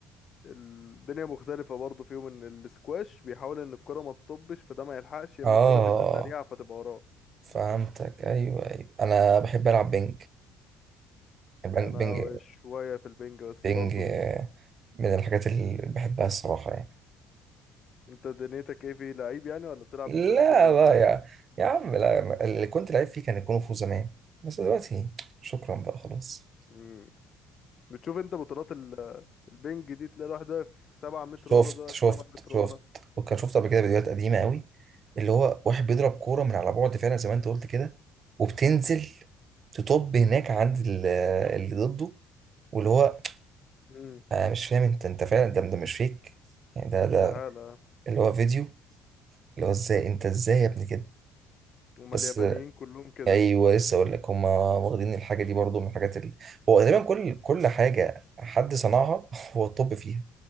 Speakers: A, on the left (about 45°); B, on the right (about 45°).
A: الدنيا مختلفة برضه فيهم ان السكواش بيحاول ان الكرة ما تطبش فده ما يلحقش يا
B: اه
A: اما الكرة تبقى سريعة فتبقى وراه
B: فهمتك ايوه ايوه انا بحب العب
A: بس
B: بينج
A: يعني
B: بينج
A: انا
B: بينج,
A: شوية في البنج بس
B: بينج
A: برضه
B: آه، من الحاجات اللي بحبها الصراحه يعني
A: انت دنيتك ايه في لعيب يعني ولا بتلعب
B: لا
A: كده
B: لا
A: قشطة
B: يا يا عم لا ما- اللي كنت لعيب فيه كان الكونغ فو زمان بس دلوقتي شكرا بقى خلاص
A: مم. بتشوف انت بطولات ال- البنج دي تلاقي الواحد واقف سبعة متر
B: شفت
A: ورا ده واقف
B: شفت
A: سبعة متر
B: شفت
A: ورا
B: وكان شفت قبل كده فيديوهات قديمه قوي اللي هو واحد بيضرب كوره من على بعد فعلا زي ما انت قلت كده وبتنزل تطب هناك عند ال- اللي ضده واللي هو
A: امم
B: انا مش فاهم انت انت فعلا ده ده مش فيك يعني ده ده
A: تعالى
B: اللي هو فيديو اللي هو ازاي انت ازاي يا ابني كده
A: هما
B: بس
A: اليابانيين كلهم كده
B: ايوه لسه اقول لك هم واخدين الحاجه دي برضو من الحاجات اللي هو غالبا كل كل حاجه حد صنعها <laughs> هو الطب فيها